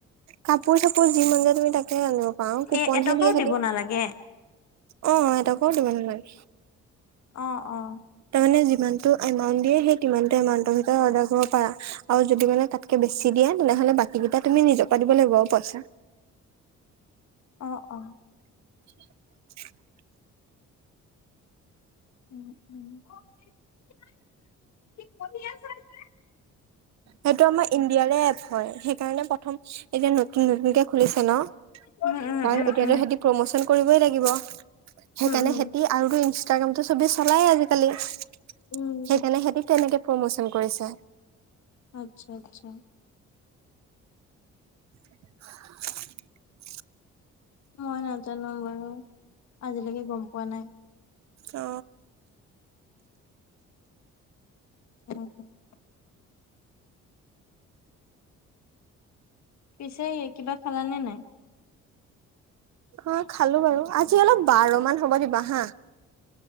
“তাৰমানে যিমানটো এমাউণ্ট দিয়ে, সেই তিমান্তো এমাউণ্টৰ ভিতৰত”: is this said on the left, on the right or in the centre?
Right